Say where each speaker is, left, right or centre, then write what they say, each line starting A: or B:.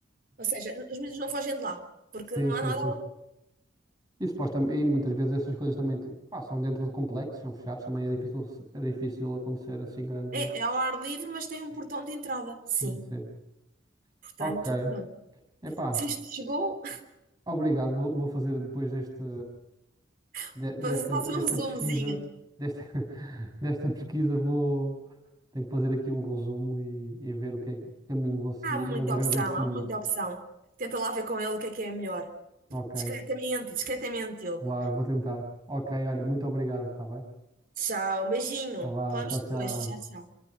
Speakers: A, on the right; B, on the right.
A: Ou seja, os miúdos não fogem de lá, porque
B: Sim,
A: não há
B: sim,
A: nada
B: sim. E supostamente, e muitas vezes essas coisas também te- pá, são dentro de complexos, são fechados, também é difícil, se- é difícil acontecer assim grande.
A: É, é ao ar livre, mas tem um portão de entrada.
B: Sim,
A: Sim.
B: sim.
A: Portanto,
B: Ok.
A: pronto.
B: Epá,
A: Se isto te chegou,
B: obrigado. Vou, vou fazer depois deste,
A: <laughs>
B: de- desta,
A: faça
B: desta
A: um resumozinho.
B: pesquisa, desta, <laughs> desta pesquisa vou, tenho que fazer aqui um resumo e, e ver o que é que caminho vou seguir,
A: Há muita
B: mas agradeço-te
A: opção, há
B: muito.
A: muita opção. Tenta lá ver com ele o que é que é melhor.
B: Ok,
A: Discretamente, discretamente, Diogo.
B: claro, vou tentar. Ok, olha, muito obrigado, está bem?
A: Tchau, beijinho.
B: Tá vá,
A: Falamos
B: tchau, tchau.
A: depois. Tchau, tchau.